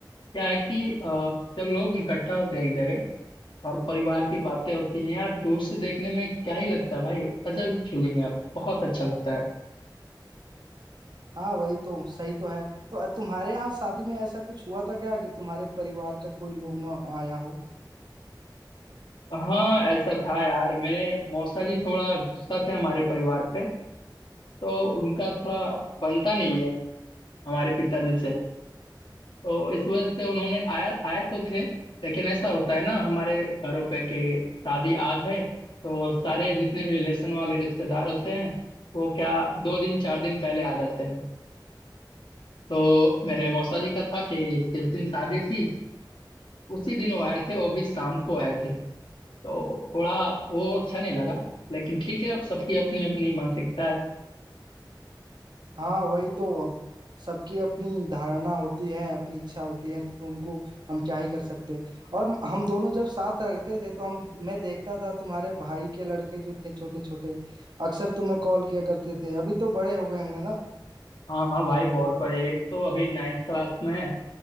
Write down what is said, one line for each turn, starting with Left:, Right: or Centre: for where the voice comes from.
Left: क्या है कि अ, जब लोग इकट्ठा होते हैं एक जगह और परिवार की बातें होती हैं यार दूर से देखने में क्या ही लगता है भाई अजब फीलिंग है बहुत अच्छा लगता है
Right: हाँ वही तो सही तो है तो तुम्हारे यहाँ शादी में ऐसा कुछ हुआ था क्या कि तुम्हारे परिवार का कोई लोग ना आया हो
Left: हाँ ऐसा था यार मेरे मौसा जी थोड़ा गुस्सा थे हमारे परिवार पे तो उनका थोड़ा बनता नहीं है हमारे पिताजी से तो इस वजह से उन्होंने आया आए तो थे लेकिन ऐसा होता है ना हमारे घरों पे कि शादी आज है तो सारे जितने भी रिलेशन वाले रिश्तेदार होते हैं वो क्या दो दिन चार दिन पहले आ जाते हैं तो मेरे मौसा जी का था कि जिस दिन शादी थी उसी दिन वो आए थे वो भी शाम को आए थे तो थोड़ा वो अच्छा नहीं लगा लेकिन ठीक है अब सबकी अपनी अपनी मानसिकता है
Right: हाँ वही तो अब सबकी अपनी धारणा होती है अपनी इच्छा होती है तो उनको हम क्या ही कर सकते हैं और हम दोनों जब साथ रहते थे तो हम मैं देखता था तुम्हारे भाई के लड़के जो थे छोटे छोटे अक्सर तुम्हें कॉल किया करते थे अभी तो बड़े हो गए होंगे ना
Left: हाँ हाँ भाई बहुत बड़े एक तो अभी नाइन्थ क्लास में है